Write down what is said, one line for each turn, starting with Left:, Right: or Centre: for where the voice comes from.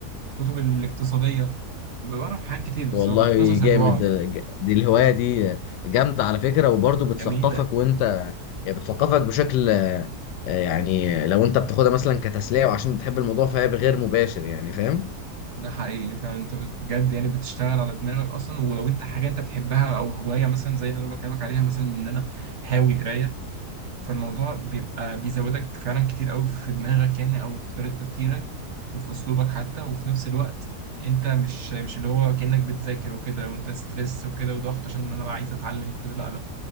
Right: الكتب الاقتصاديه بقرا في حاجات كتير
Left: والله
Right: بصراحه قصص
Left: جامد
Right: الرعب
Left: ده- ج- دي الهواية دي جامدة على فكرة وبرضه بتثقفك
Right: جميله
Left: وانت يعني بتثقفك بشكل آه، يعني لو انت بتاخدها مثلا كتسلية وعشان بتحب الموضوع فهي بغير مباشر يعني فاهم
Right: ده حقيقي فعلا انت بجد يعني بتشتغل على دماغك اصلا ولو انت حاجه انت بتحبها او هوايه مثلا زي اللي انا بكلمك عليها مثلا ان انا هاوي قرايه فالموضوع بيبقى بيزودك فعلا كتير قوي في دماغك يعني او في طريقة تفكيرك وفي اسلوبك حتى وفي نفس الوقت انت مش مش اللي هو كأنك بتذاكر وكده وانت ستريس وكده وضغط عشان انا بقى عايز اتعلم وكده لا لا